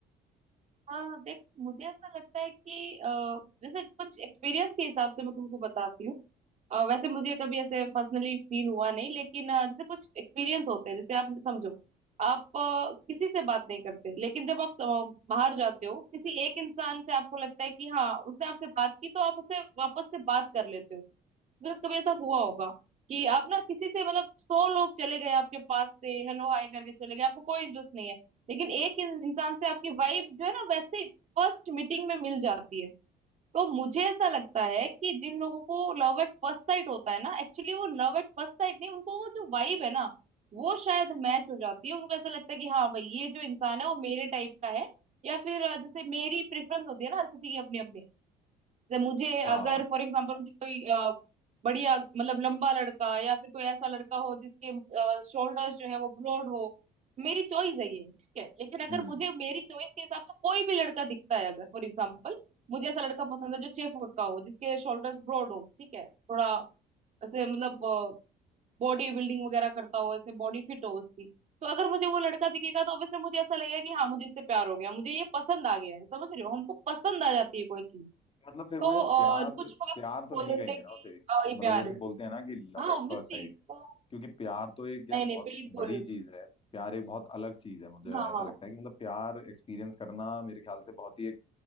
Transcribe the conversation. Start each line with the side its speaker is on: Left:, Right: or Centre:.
Right: हाँ देख मुझे ऐसा लगता है कि अ, जैसे कुछ एक्सपीरियंस के हिसाब से मैं तुमको बताती हूँ अ, वैसे मुझे कभी ऐसे पर्सनली फील हुआ नहीं लेकिन अ, जैसे कुछ एक्सपीरियंस होते हैं जैसे आप समझो आप अ, किसी से बात नहीं करते लेकिन जब आप अ, बाहर जाते हो किसी एक इंसान से आपको लगता है कि हाँ उसने आपसे बात की तो आप उससे वापस से बात कर लेते हो मतलब कभी ऐसा हुआ होगा कि आप ना किसी से मतलब सौ लोग चले गए आपके पास से हेलो हाय करके चले गए आपको कोई इंटरेस्ट नहीं है लेकिन एक इन- इंसान से आपकी वाइब जो है ना वैसे ही फर्स्ट मीटिंग में मिल जाती है तो मुझे ऐसा लगता है कि जिन लोगों को लव एट फर्स्ट साइट होता है ना एक्चुअली वो लव एट फर्स्ट साइट नहीं उनको वो जो वाइब है ना वो शायद मैच हो जाती है उनको ऐसा लगता है कि हाँ भाई ये जो इंसान है वो मेरे टाइप का है या फिर अ, जैसे मेरी प्रेफरेंस होती है ना हर किसी की अपनी अपनी जैसे मुझे
Left: हाँ
Right: अगर
Left: हाँ
Right: फॉर एग्जाम्पल मुझे कोई अ, बढ़िया मतलब लंबा लड़का या फिर कोई ऐसा लड़का हो जिसके शोल्डर्स जो है वो ब्रॉड हो मेरी चॉइस है ये ठीक है लेकिन अगर
Left: हम्म
Right: मुझे मेरी चॉइस के हिसाब से कोई भी लड़का दिखता है अगर फॉर एग्जाम्पल मुझे ऐसा लड़का पसंद है जो छह फुट का हो जिसके शोल्डर्स ब्रॉड हो ठीक है थोड़ा ऐसे मतलब बॉडी बिल्डिंग वगैरह करता हो ऐसे बॉडी फिट हो उसकी तो अगर मुझे वो लड़का दिखेगा तो ऑब्वियसली मुझे ऐसा लगेगा कि हाँ मुझे इससे प्यार हो गया मुझे ये पसंद आ गया है समझ रहे हो हमको पसंद आ जाती है कोई चीज
Left: मतलब फिर वो
Right: तो
Left: यार
Right: अ,
Left: प्यार
Right: कुछ लोग आपको
Left: प्यार तो नहीं
Right: बोल देते
Left: कहेंगे
Right: हैं
Left: ना
Right: कि
Left: उसे
Right: अ, ये
Left: मतलब
Right: प्यार
Left: जैसे
Right: है
Left: बोलते हैं ना कि लव
Right: हाँ
Left: एट
Right: ऑब्वियसली
Left: फर्स्ट साइट
Right: तो
Left: क्योंकि प्यार तो एक यार
Right: नहीं नहीं
Left: बहुत
Right: बिल्कुल
Left: बड़ी चीज है प्यार एक बहुत अलग चीज है मुझे
Right: हाँ
Left: ऐसा
Right: हाँ
Left: लगता है कि मतलब प्यार एक्सपीरियंस करना मेरे ख्याल से बहुत ही एक